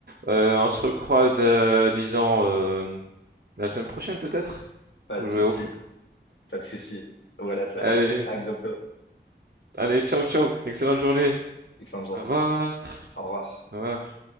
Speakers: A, on the right; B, on the left.
A: Euh, on se recroise, euh, disons, euh, la semaine prochaine peut-être,
B: Pas
A: pour
B: de
A: jouer
B: souci,
A: au foot.
B: pas de souci. Voilà la salle.
A: Allez.
B: À bientôt.
A: Allez, ciao, ciao. Excellente journée.
B: Excellente journée.
A: Au revoir.
B: Au revoir.
A: Au revoir.